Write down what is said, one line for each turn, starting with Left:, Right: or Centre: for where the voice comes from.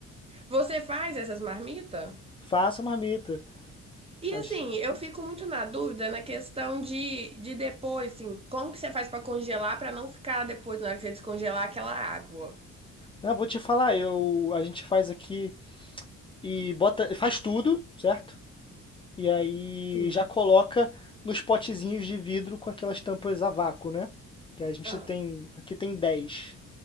Right: Você faz essas marmitas?
Left: Faça marmita.
Right: E
Left: A
Right: assim,
Left: gen-
Right: eu fico muito na dúvida na questão de, de depois, assim, como que você faz pra congelar pra não ficar depois, na hora que você descongelar, aquela água?
Left: Ah, vou te falar, eu, a gente faz aqui e bota, faz tudo, certo? E aí
Right: Sim.
Left: já coloca nos potezinhos de vidro com aquelas tampas a vácuo, né? Que a gente
Right: Ah,
Left: tem, aqui tem 10